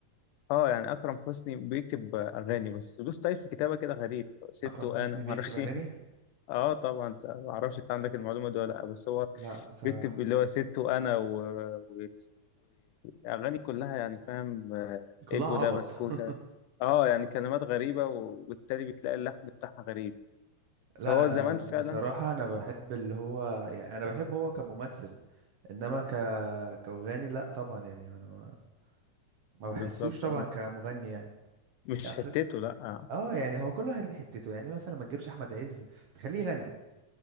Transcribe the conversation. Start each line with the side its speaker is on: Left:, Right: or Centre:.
Left: أه يعني أكرم حسني بيكتب أغاني بس له ستايل في الكتابة كده غريب ست
Right: اكرم
Left: وأنا
Right: حسني
Left: معرفش
Right: بيكتب اغاني
Left: إيه اه طبعا انت- ما اعرفش انت عندك المعلومه دي ولا لا بس هو
Right: لا بصراحه
Left: بيكتب اللي هو ست وانا و... و... واغاني كلها يعني فاهم آه،
Right: كلها
Left: ابو ده
Right: عبط
Left: بسكوته
Right: <laughs>
Left: اه يعني كلمات غريبه وبالتالي بتلاقي اللحن بتاعها غريب فهو
Right: لا انا
Left: زمان
Right: بصراحه
Left: فعلا
Right: انا بحب اللي هو يعني انا بحبه هو كممثل انما ك... كأغاني لا طبعا يعني انا ما ما بحسوش
Left: بالظبط
Right: طبعا كمغني يعني
Left: مش
Right: اصل
Left: حتته لا
Right: اه يعني هو كل واحد ليه حتته يعني مثلا ما تجيبش احمد عز تخليه يغني